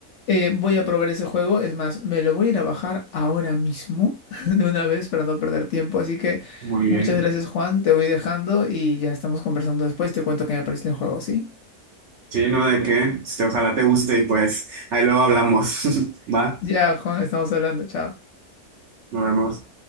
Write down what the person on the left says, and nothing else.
Eh, voy a probar ese juego, es más, me lo voy a ir a bajar ahora mismo <laughs> de una vez para no perder tiempo, así que
muchas
gracias Juan, te voy dejando y ya estamos conversando después, te cuento qué me parece el juego, ¿sí?
Ya Juan, estamos hablando, chao.